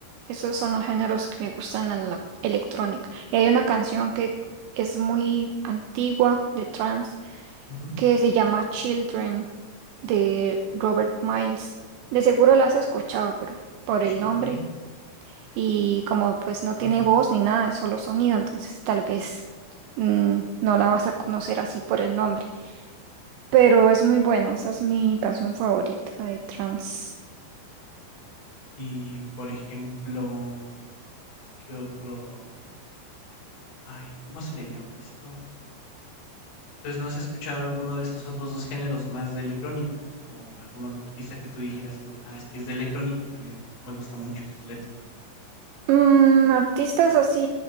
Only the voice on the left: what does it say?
ujú,
Children,
ujú.
Y, por ejemplo, ¿qué otro? Ay, ¿cómo se le llama esto? Entonces, ¿no has escuchado alguno de esos otros 2 géneros más de electrónica? O algún otro artista que tú dijeras tú: "Ah, es que es de electrónica y también me gusta mucho sus letras